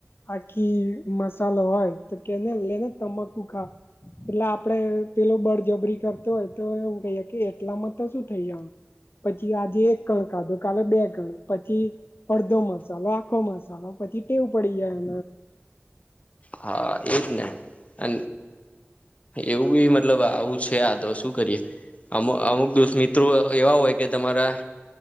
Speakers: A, on the left; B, on the left.
A: આખી મસાલો હોય તો કેને લેને તમાકુ ખા એટલે આપડે પેલો બળજબરી કરતો હોય તો એમ કહીએ કે એટલામાં તો શું થઈ જ પછી આજે એક કણ ખાધો કાલે બે કણ પછી. બધો મસાલો આખો મસાલો પછી ટેવું પડી જાય.
B: હા એજને અ એવું બી મતલબ આવું છે આ તો શું કરીએ. અમુક અમુક દસ્ મિત્રો એવા હોય કે તમારા.